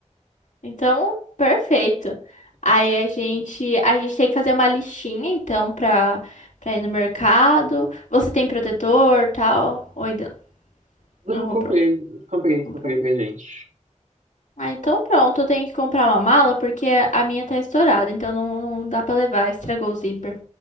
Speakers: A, on the left; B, on the right.
A: Então, perfeito. Aí a gente, a gente tem que fazer uma listinha, então, pra, pra ir no mercado. Você tem protetor, tal? Ou ainda
B: Não,
A: Não comprou.
B: comprei, comprei,
A: Comprou.
B: comprei pra gente.
A: Ah, então pronto, eu tenho que comprar uma mala porque a minha tá estourada, então não, não dá pra levar, estragou o zíper.